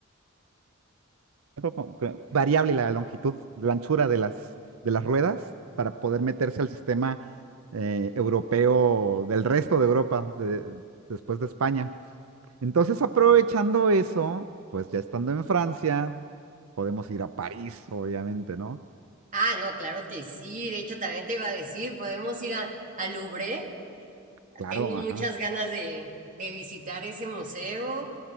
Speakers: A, on the right; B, on the right.
A: no, cre- variable la longitud, la anchura de las, de las ruedas para poder meterse al sistema eh, europeo del resto de Europa, de- después de España. Entonces, aprovechando eso, pues ya estando en Francia, podemos ir a París, obviamente, ¿no?
B: Ah, no, claro que sí. De hecho, también te iba a decir, podemos ir a, al Louvre.
A: Claro,
B: Tengo muchas
A: ajá.
B: ganas de, de visitar ese museo.